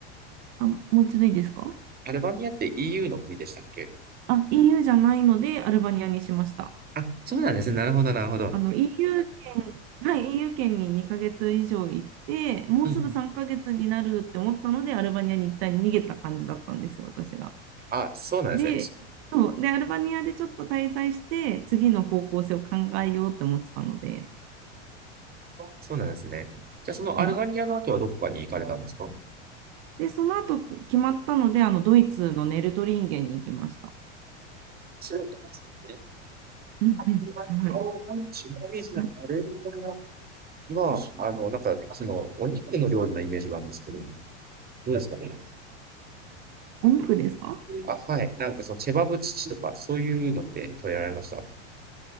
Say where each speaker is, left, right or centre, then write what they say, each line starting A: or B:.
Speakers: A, on the right; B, on the right.
A: あ、もう一度いいですか
B: アルバニアって EU の国でしたっけ
A: あ、EU じゃないので、アルバニアにしました。
B: あ、そうなんですね。なるほど、なるほど。
A: あの EU 圏、はい、イーユー圏に2ヶ月以上行って、もうすぐ3ヶ月になるって思ったので、
B: うんうん。
A: アルバニアに一旦逃げた感じだったんですよ、私が。
B: あ、そうなんですね。
A: で、
B: ち
A: そう、で、アルバニアでちょっと滞在して、次の方向性を考えようって思ってたので、
B: そうなんですね。じゃあ、そのアルバニアの後はどこかに行かれたんですか
A: はい。で、その後こう決まったので、あのドイツのネルトリンゲンに行きました。
B: そうなんですね。
A: うんうん、
B: ちなみ
A: はい。
B: に、
A: な
B: アルバニアは、あの、なんか、その、お肉の料理のイメージがあるんですけど、どうですかね
A: お肉ですか
B: あ、はい。なんかそのチェバブチチとか、そういうので食べられました。